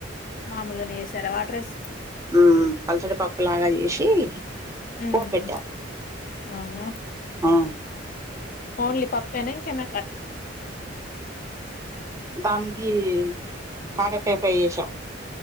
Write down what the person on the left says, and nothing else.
మామూలుని వేసారా వడ్రర్స్
ఉమ్
అవునా
ఓన్లీ పప్పే న ఇంకేన